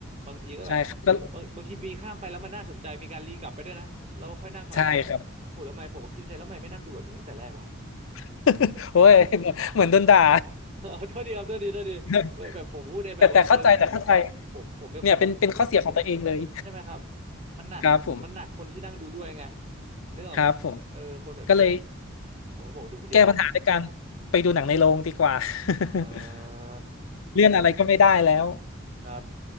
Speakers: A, on the right; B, on the left.
A: บางทีก็แบบ
B: ใช่ครับก็
A: บางบางทีมีข้ามไปแล้วมันน่าสนใจมีการรีกลับไปด้วยนะเราค่อยนั่งใหม่ผมแบบโหแล้วทำไมผมก็คิดในใจแล้วทำไมไม่นั่งดูแบบนี้ตั้งแต่แรกวะ
B: ใช่ครับ <laughs> โอ้ยเหมือนเหมือนโดนด่า
A: <laughs> เอาโทษดีครับโทษดีโทษดีแบบแบบผมพูดในแบบว่าเชิงแบบ
B: <laughs> แต่แต่เข้าใจแต่เข้าใจ
A: ผมผมเป็นคนที่
B: เนี่ยเป็นเป็นข้อเสียของตัวเองเลย
A: ใช่ไหมครับ มันหนัก
B: <laughs> ครับผม
A: มันหนักคนที่นั่งดูด้วยไงนึกออกไหมเออคนแบบนี้
B: ครับผมก็เลย
A: ผมก็บอกดูคนเดียวเฮ้ย
B: แก้ปัญหาด้วยการไปดูหนังในโรงดีกว่า <laughs>
A: เออ
B: เลื่อนอะไรก็ไม่ได้แล้ว
A: ครับ